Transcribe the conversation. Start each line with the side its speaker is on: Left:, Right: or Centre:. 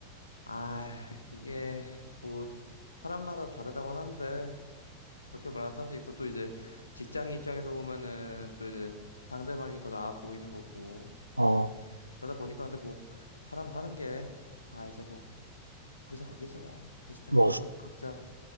Left: 아 이게 뭐 사람마다 다르다고 하는데 그렇게 말하는 사람도 있고 또 이제 직장인 입장에서 보면은 또 이제 상대방이 더 나아 보이는 거고
Right: 어,
Left: 그러다 보니까 근데 뭐 사람 사는 게 아 이제 뭐 거기서 거기지 뭐 비슷하게
Right: 뭐,
Left: 서로
Right: 스-
Left: 각자